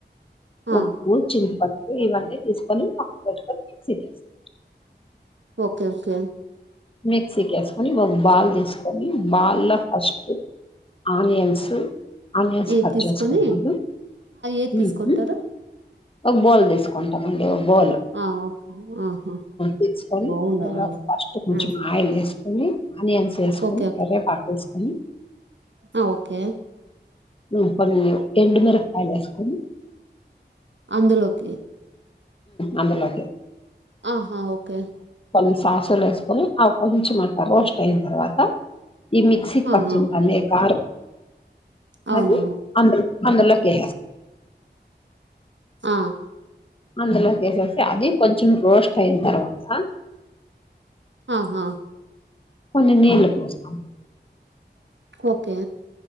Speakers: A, on the left; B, on the right.
A: ఒఓ
B: ఆ
A: చింతప ఇవన్నీ తీసుకొని పక్క పెసుకొని మిక్స చేస్తు
B: ఓకే ఓకే
A: మిక్సీకి వేసుకొని ఒక బాల్ తీసుకొని బాల్ లో ఫస్ట్ ఆనియన్స్ ఆనియన్స్
B: ఏది
A: కట్
B: తీసుకొని
A: చేసుకుంటాము
B: ఏది తీసుకుంటారు
A: ఉహు. ఒక బో దసు కొంట మ బోల్
B: ఆ ఓకే ఆహా
A: తీసుకొని
B: బౌలా
A: అందులో ఫస్ట్ కొంచం
B: ఆ
A: ఆయిల్ వేసుకొని ఆనియన్స్ వేసుకొని
B: ఓకే ఓకే
A: కర్రేపాకు వేసుకొని అనీ
B: ఆ ఓకే
A: ఉ మ ఎండు మీర ఫయల్ వేసుకొని
B: అందులోకి
A: అందలాకి
B: ఆహా ఓకే
A: కొన్ని సాసులు వేసుకొని అవి కొంచెం అంత రోస్ట్ అయిన తర్వాత ఈ మిక్సీకి పచ్చి
B: ఆ ఆ
A: బాలే కారం
B: అవునవును
A: ఆది అందరం అందులోకే
B: ఆ
A: అందులోకిసేసి అది కొంచెం రోస్ట్ అయిన తర్వాత
B: ఆహా
A: కొన్ని నీళ్లు పోస్తాను
B: ఓకే